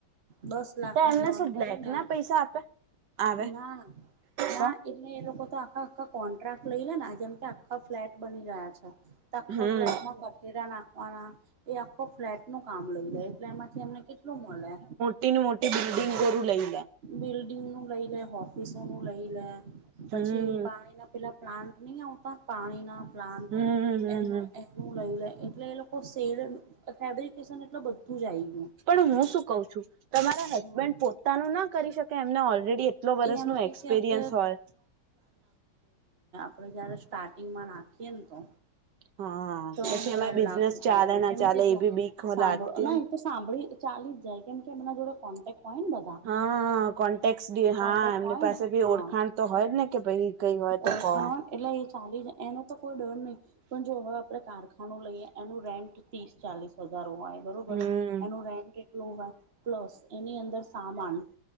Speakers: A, on the right (about 35°); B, on the right (about 70°).
A: દસ લાખની
B: તો એમને
A: લોન
B: શું
A: કરીને
B: બ્લેક ના પૈસા આપે આવે
A: ના ના
B: તો
A: એટલે એ લોકો તો આખા આખા કોન કઈક લઈ લે જેમ કે આખા ફ્લેટ બની રહ્યા છે, આખા
B: હમ
A: ફ્લેટમાં કઠેરા નાખ એ આખો ફ્લેટ નું કામ લઈ લે એટલે એમાંથી એમને કેટલું મલે.
B: તીન મોટી બિલ્ડિંગ કરુ લઈ. લે
A: બિલ્ડિંગ નું લઈ લે ઓફિસો નું લઈ લે પછી
B: હમ
A: પાણી ના પેલા પ્લાન્ટ ની આવતા પાણી ના પ્લાન્ટ
B: હમ હમ
A: એ
B: હમ
A: એનું લઈ લે એટલે એ લોકો સેલ ફેબ્રિકેશન એટલ બધું જ આવી ગયું.
B: પણ હું શું કઉ છું તમારા હસબન્ડ
A: હમ
B: પોતાનું ના કરી શકે એમને ઓલરેડી એટલો વરસ
A: એ એમ
B: નો
A: કે
B: એક્સપિરિયન્સ
A: કે અત્યારે
B: હોય.
A: આપડે જયારે સ્ટાર્ટિંગમાં નાખીએ ને તો
B: હા
A: ત્રણ
B: પછી
A: ચાર
B: એમાં બિઝનેસ
A: લાખ રૂપિયા
B: ચાલે
A: જોય
B: ના
A: કેમ
B: ચાલે
A: કે જો
B: એ બી બીક
A: સાંભળો
B: લાગતી
A: ના
B: હોય
A: એ તો સાંભળી ચાલી જ જાય કેમ કે એમના જોડે કોન્ટેક્ટ હોય ને બધા
B: હા કો ટેક્સ દયે
A: કોન્ટેક્ટ
B: હા એમની
A: હોય
B: પાસે
A: ને
B: ભી
A: હા
B: ઓળખાણ તો હોય જ ને કે ભાઈ કઈ હોય
A: ઓળખાણ
B: તો કો
A: હોય એટલે ચાલી જ એનો તો કોઈ ડર નહીં, પણ જો હવે આપણે કારખાનો લઈએ એનું રેન્ટ ત્રીસ ચાલીસ હજાર હોય બરોબર
B: હમ
A: એનું રેન્ટ એટલું હોય પ્લસ એની અંદર સામાન